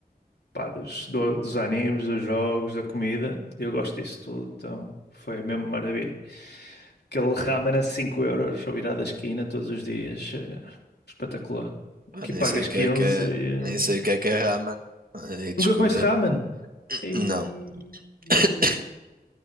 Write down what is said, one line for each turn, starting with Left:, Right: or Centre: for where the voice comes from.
Left: pá, dos, do- dos animes, dos jogos, da comida. Eu gosto disso tudo, então foi mesmo maravilha. Aquele ramen a 5 euros ao virar da esquina todos os dias, é espetacular.
Right: Ah,
Left: Aqui
Right: nem
Left: pagas
Right: sei o
Left: 15.
Right: que é que é.
Left: e... eh,
Right: Nem sei o que é que é ramen. Aí descobri.
Left: Nunca comeste ramen? E...
Right: Não.
Left: e-
Right: <coughs>